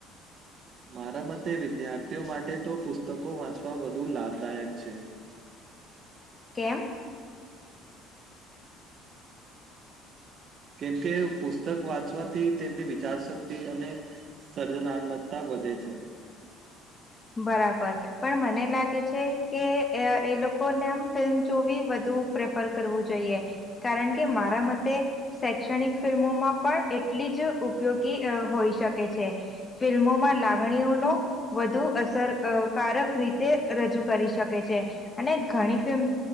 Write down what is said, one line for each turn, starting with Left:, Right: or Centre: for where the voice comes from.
Right: મારા મતે વિદ્યાર્થીઓ માટે તો પુસ્તકો વાંચવા વધુ લાભદાયક છે
Left: કેમ <inaudible>
Right: કેમકે પુસ્તક વાંચવાથી તેમની વિચારશક્તિ અને સર્જનાત્મતા વધે છે.
Left: <inaudible> બરાબર પણ મને લાગે છે કે એ લોકોને આમ ફિલ્મ જોવી વધુ પ્રેફર કરવું જોઈએ. કારણ કે મારા મતે શૈક્ષણિક ફિલ્મોમાં પણ એટલી જ ઉપયોગી આ હોઈ શકે છે. ફિલ્મોમાં લાગણીઓનો વધુ અસરકારક રીતે રજૂ કરી શકે છે અને ઘણી ફિલ્મ